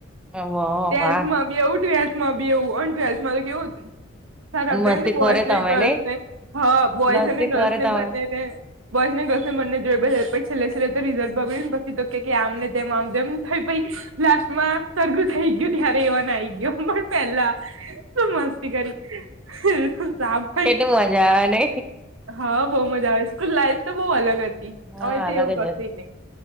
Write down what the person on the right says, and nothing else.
ટેન્થમાં
બી એવું ટ્વેલ્થમાં બી એવું અને ટ્વેલ્થમાં તો કેવું હતું સરકળાય
ને બોયસ
ને
ગર્લ્સ
ને હા બોયઝ
અને ગર્લ્સ
ને
બંનેને બોયસ ને ગર્લ્સને બંને જો પહી છેલ્લે છેલ્લે તો રિઝલ્ટ બગડ્યું ને પછી તો કેકે આમ ને તેમ આમ જેમ થાય પહી લાસ્ટમાં સરગું થઈ ગયું ત્યારે એવા નાઈ ગયો પણ પેલા શું મસ્તી કરી. <unintelligible>
હા બહુ મજા આવે સ્કૂલ લાઈફ તો બહુ અલગ હતી
હવે તો
એવું
કશે નહી.